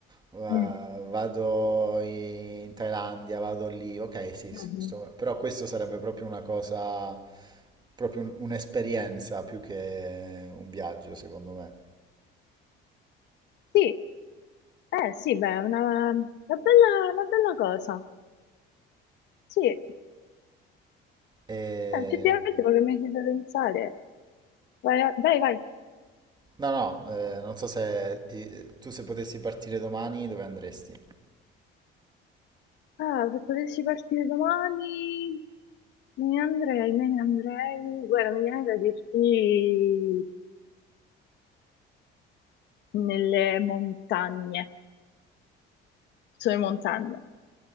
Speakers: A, on the right; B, on the left.
A: va-
B: Mm.
A: vado in Thailandia, vado lì. Ok, sì,
B: Mhm.
A: sì, sto- però questo sarebbe proprio una cosa, proprio un- un'esperienza più che un viaggio, secondo me.
B: Sì, eh sì, beh, è una, una bella, una bella cosa. Sì, eh,
A: E-
B: effettivamente quello che mi hai fatto pensare. Vai, a- vai, vai.
A: No, no, eh, non so se eh, tu se potessi partire domani, dove andresti?
B: Ah, se potessi partire domani, me ne andrei, me ne andrei. Guarda, mi viene da dirti nelle montagne, sulle montagne.